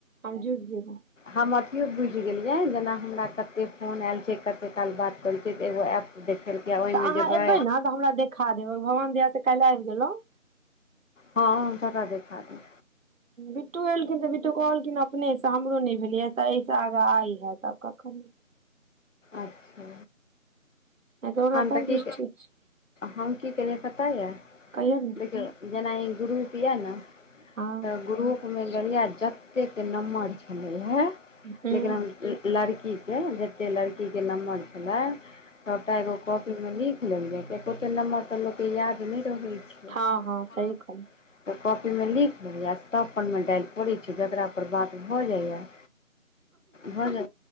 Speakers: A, on the right; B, on the left.
A: हम जुर जेबै
B: हम अथियो बुझि गेलियै जेना हमरा कते फोन आयल छै कते काल बात करै छियै तऽ एगो एप्प देखेलकै ओहिमे
A: तऽ अहाँ
B: जेबै
A: एबै ने हमरा देखा देबभगवान दया सँ काल्हि आबि गेलहूँ
B: हँ सबटा देखा देब
A: बिटु एलखिन तऽ बिटु कहलखिन आब अपनेसँ हमरो नहि भेलै तऽ एहिसँ आगा आइ हैत आब कखन
B: अच्छा
A: नहि ओना
B: हम
A: सभकिछु
B: तऽ की
A: ठीक छै
B: हम की केलियै पता यऽ
A: कहियौ ने
B: देखियो जेना ई ग्रुप यऽ नऽ
A: हँ
B: तऽ ग्रुप एहिमे जहिया जतेक नम्बर छलै है
A: हूँ
B: लेकिन हम लड़की केँ जते लड़की केँ नम्बर छलै ओकरा एगो कॉपी मे लिख लेलियै कियकि ओते नम्बर तऽ लोक कऽ याद नइ रहै छै
A: हँ हँ
B: हँ
A: सही कहलहुँ
B: तऽ कॉपीमे लिख लेलियै सब परमे डाएल करै छी जकरा पर बात भऽ जाइए भऽ गेलै